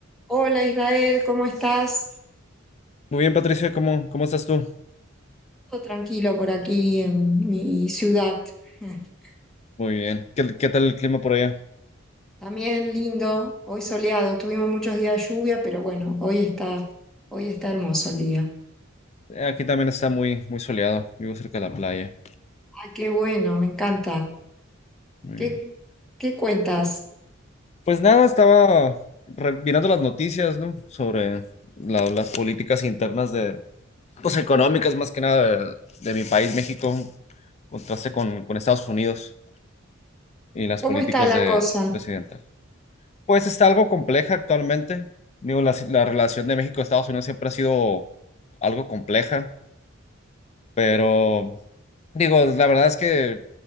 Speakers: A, in the centre; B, on the left (about 35°).
A: Hola Israel, ¿cómo estás?
B: Muy bien, Patricia, ¿cómo, cómo estás tú?
A: Todo tranquilo por aquí en mi ciudad. <laughs>
B: Muy bien. ¿Qué, qué tal el clima por allá?
A: También lindo, hoy soleado. Tuvimos muchos días de lluvia, pero bueno, hoy está, hoy está hermoso el día.
B: Eh, Aquí también está muy, muy soleado. Vivo cerca de la playa.
A: Ah, qué bueno, me encanta.
B: Muy
A: ¿Qué,
B: bien.
A: qué cuentas?
B: Pues nada, estaba re- mirando las noticias, ¿no? Sobre la- las políticas internas de, pues económicas más que nada de, de mi país, México, en contraste con, con Estados Unidos y las
A: ¿Cómo
B: políticas
A: está la
B: de
A: cosa?
B: presidenta. Pues está algo compleja actualmente. Digo, la, la relación de México-Estados Unidos siempre ha sido algo compleja, pero Digo, la verdad es que